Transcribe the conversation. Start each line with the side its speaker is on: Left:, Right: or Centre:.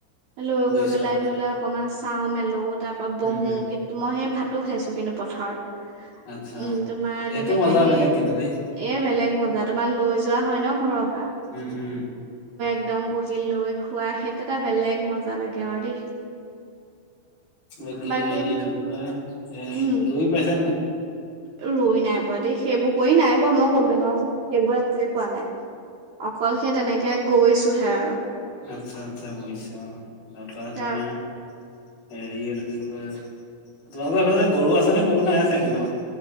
Right: লৈ
Left: বুজিছোঁ
Right: গৈ পেলাই
Left: অ',
Right: ধৰি ললে অকনমান চাও মেলো, তাৰ পৰা বহো
Left: উম, উম,
Right: মই সেই ভাতো খাইছো। কিন্তু পথাৰত।
Left: আচ্ছা।
Right: উম, তোমাৰ
Left: এইটো
Right: তেনেকে
Left: মজা
Right: সেই,
Left: বেলেগ কিন্তু দেই
Right: এ বেলেগ হ'ল। জা তোমাৰ লৈ যোৱা হয় ন ঘৰত।
Left: উম, উম।
Right: একদম বহি লৈ খোৱা সেইটো এটা বেলেগ মজা লাগে। আৰু দেই!
Left: বাকি
Right: বাকী
Left: হেৰি ৰুই
Right: উম
Left: পাইচা নাই?
Right: ৰুই নাই পোৱা দেই, সেইবোৰ কৰি নাই পোৱা। মই ক'লো এ ন সেইবোৰ একো পোৱা নাই। অকল সে তেনেকে গৈছোহে আৰু
Left: আচ্ছা, আচ্ছা, হৈছে অ' বা তোমাৰ
Right: তাৰ
Left: হেৰি এইটো কি কয়! তোমালোকৰ সেইফালে গৰু আছে নে? গৰু নাই চাগে ন!